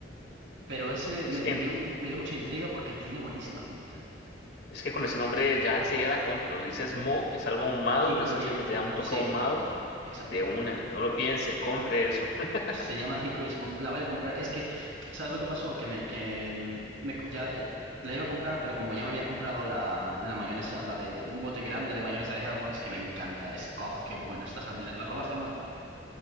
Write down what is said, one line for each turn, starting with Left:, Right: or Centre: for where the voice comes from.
Right: pero ese
Left: Es
Right: me,
Left: que,
Right: me dio, me dio mucha intriga porque tiene buenísima pinta.
Left: es que con ese nombre ya enseguida la compro. Dices mo, que es algo ahumado,
Right: Hickory,
Left: una salsa que te da un toque
Right: sí,
Left: ahumado.
Right: exacto.
Left: De una, no lo piense, compre eso. <laughs>
Right: Se llama Hickory Smoke. La voy a comprar. Es que, ¿sabes lo que pasó? Que me, que mm, me co- ya eh, la iba a comprar, pero como ya me había comprado la, la mayonesa, la de un bote grande de mayonesa de Hellmann's, que me encanta. Es, oh, qué buena está esa mayonesa. ¿La probaste alguna vez?